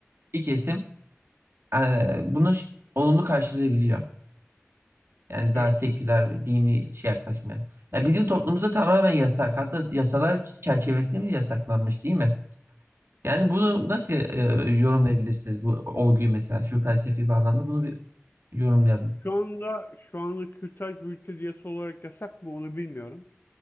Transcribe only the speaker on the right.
bir kesim eee, bunu ş- olumlu karşılayabiliyor. Yani
daha seküler ve dini şey yaklaşmaya. Yani bizim
toplumumuzda tamamen yasak. Hatta yasalar çerçevesinde bile yasaklanmış değil mi? Yani bunu nasıl eee, yorumlayabilirsiniz bu olguyu mesela şu felsefi bağlamda bunu bir yorumlayalım.